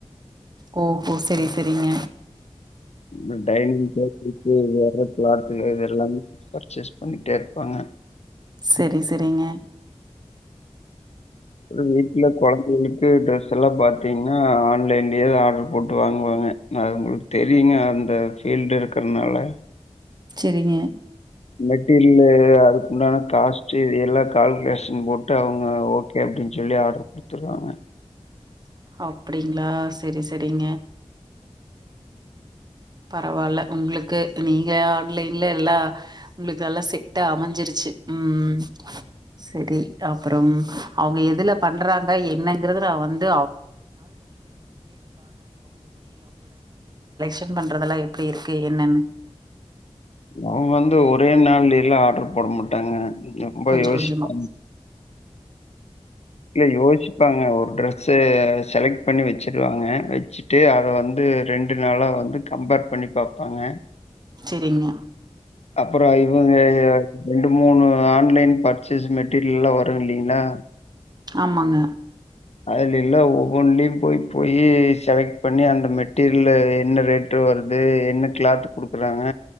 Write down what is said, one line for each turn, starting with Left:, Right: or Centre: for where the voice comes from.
Right: ஓ ஹோ செரி செரிங்க
Left: இந்த டைனிங் டேபிளக்கு வற கிளாத்து இது எல்லாமே பர்ச்சேஸ் பண்ணிட்டே இருப்பாங்க
Right: செரி செரிங்க
Left: ஒரு வீட்ல கொழந்த <unintelligible> க்கு ட்ரெஸ் எல்லா பாத்தீங்கன்னா ஆன்லைன்லயே ஆட்ரு போட்டு வாங்குவாங்க அது உங்ளுக் தெரியுங்க அந்த ஃபீல்டு இருக்கிறதுனால
Right: செரிங்க
Left: மெட்டீரில்லு அதுக்குண்டான காஸ்ட் இது எல்லா கால்குலேஷன் போட்டு அவுங்க ஓகே அப்டின்னு சொல்லி ஆர்டர் குடுத்துறாங்க
Right: அப்டிங்களா செரி செரிங்க பரவால்ல உங்ளுக்கு நீங்க ஆன்லைன்ல எல்லா உங்ளுக்கு நல்லா செட்டா அமைஞ்சிருச்சி உம் செரி அப்புறம் அவுங்க எதுல பண்றாங்க என்னங்கறத நா வந்து ரிட்டன் பண்றதெல்லா எப்டி இருக்கு என்னன்னு
Left: அவுங்க வந்து ஒரே நாள்லேலா ஆட்ரு போட மாட்டாங்க ரொம்ப
Right: கொஞ்சம்
Left: யோசிப்
Right: கொஞ்சமா.
Left: <inaudible> இல்ல யோசிப்பாங்க ஒரு ட்ரெஸ் செலக்ட் பண்ணி வச்சிருவாங்க வச்சுட்டு அத வந்து ரெண்டு நாளா வந்து கம்பேர் பண்ணி பாப் ப்பாங்க
Right: சரிங்க.
Left: அப்புற இவுங்க ரெண்டு மூணு ஆன்லைன் பர்சேஸ் மெட்டீரியல்லா வரு இல்லிங்களா
Right: ஆமாங்க
Left: அதுல இல்லா ஒவ்வொன்றலயு போய் போயயி செலக்ட் பண்ணி அந்த மெட்டீரில்ல என்ன ரேட்டு வருது என்ன கிளாத் குடுக்குறாங்க